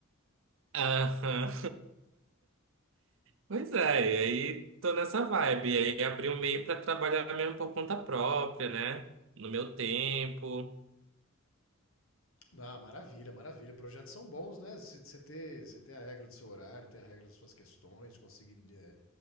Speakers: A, on the right; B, on the left.
A: aham. Pois é, e aí tô nessa vibe. E aí abri um meio pra trabalhar mesmo por conta própria, né? No meu tempo.
B: Ah, maravilha, maravilha. Projetos são bons, né? Você você ter, você ter a regra do seu horário, ter a regra das suas questões, conseguir é,